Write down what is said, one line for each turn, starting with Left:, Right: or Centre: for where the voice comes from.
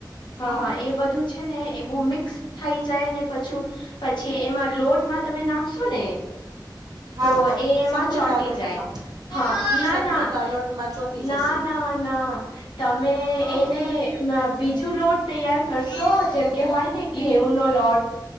Right: હં
Left: હા હ એ બધું ને એવું મિક્સ થઈ જાય ને પછું પછી એમાં લોટ તમે નાખશો ને
Right: હા
Left: તો
Right: હા
Left: એમાં
Right: સત્તુના
Left: ચોટી
Right: લોટમાં
Left: જાય હા ના
Right: સત્તુના
Left: ના
Right: લોટમાં ચોંટી જશે
Left: ના ના ના તમે
Right: તો
Left: એને બીજું લોટ તૈયાર કરશો જેમ કે હોય ને ઘેઉ નો લોટ